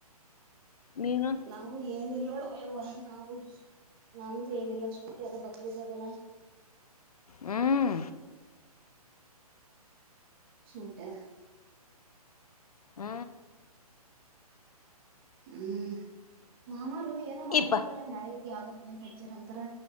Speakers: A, on the left; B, on the right.
A: ನೀನು
B: ನಾವು ಏನಿಲ್ಲ ನೋಡುವವ ನಾವು ನಮ್ದು ಏನಿಲ್ಲ ಸ್ಕೂಟಿ ಅದೇ ಬಕ್ರಿದದಲ್ಲ
A: ಹ್ಮ
B: ಸೂಟರ್
A: ಹ್ಮ
B: ಹ್ಮ್ ಮಾಮಾರ ಏನೋ ಮಾಡಿರತ್ತಲ್ಲ
A: ಇಪ್ಪ
B: ಮಳಿಗೆ ಯಾವ್ದ ಪೇಂಟ್ ಹೆಚ್ಚರ್ ಅಂತಾರ